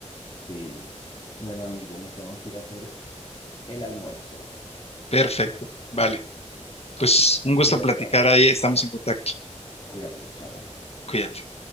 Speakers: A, on the left; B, on the left.
A: Sí. Bueno, amigo, me tengo que ir a hacer el almuerzo.
B: Perfecto. Vale. Pues un gusto
A: Cuídate,
B: platicar
A: vas.
B: ahí. Estamos en contacto.
A: Cuídate, chao.
B: Cuídate.